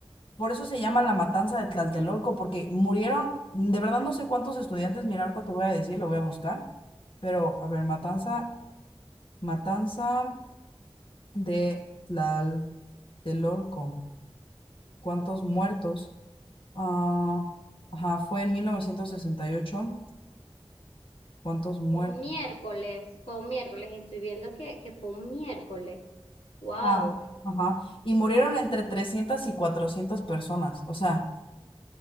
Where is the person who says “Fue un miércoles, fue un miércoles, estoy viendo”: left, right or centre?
Left